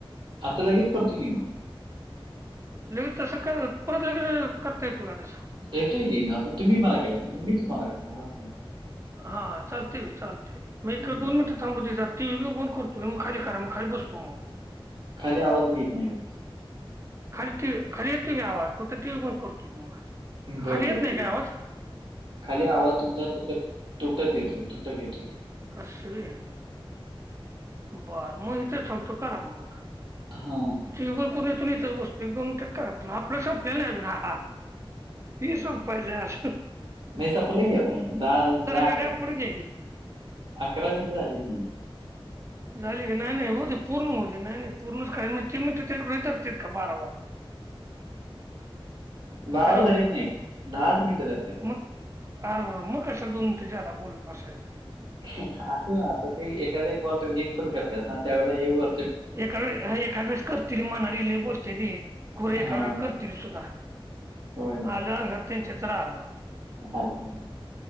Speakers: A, on the right; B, on the right.
A: आता लगेच करत कि मग.
B: लगे तसं कर परत लगेच करता ये येत तु का तसं.
A: येतोय की आता तुम्ही मला गेलाय मी तुम्हाला काणार अस आहे.
B: हा चालते चालते मी
A: हं.
B: दोन मिनिट. ती जातीण करतो की मग खाली करा मग खाली बसतो मग.
A: खाली आवाजून येत नाही. व्यवस्थित.
B: खाली टी खाली येतो गी आवाज तो तर टी व्ही पण करतोयी मग.
A: बर
B: खाली
A: बर
B: येत नाही
A: ठीक
B: काय
A: आहे
B: आवाज
A: खाली आवाज तुमचा तर. तुटत येतय तुटत येते.
B: असवी बर मग इथ सांगतो कारा म.
A: हा.
B: ीवन कोून योून इच बसतो एकद त्यार खराब. आपण स पले ना क सब पाहिले.
A: नाही सपलं की आता दहा दहा अकरा
B: गाड्या पुढे घ्या की
A: अकरा मिनिटे झाली की.
B: झाली काी नाही नाही हो ते पूर्ण होते नाही पूर्णच त इर का बारावा. <unintelligible>
A: बारावा
B: हॅलो
A: झारीत नाहीत दहाच मिनट ज का.
B: मग अर मग कशा दोन ते जादा बोलत बसायच.
A: असं ना आता ते एखाद्या कॉल रिजेक्ट पण करतात ना त्यावेेळे हे व.
B: एकास एकाद वळेस करते र मणार ल बोलते र. खर
A: हा
B: एका वळ करतील सुद्धा
A: होय
B: आलं अंग त्यांच्या तर्र आलं.
A: हाल भई.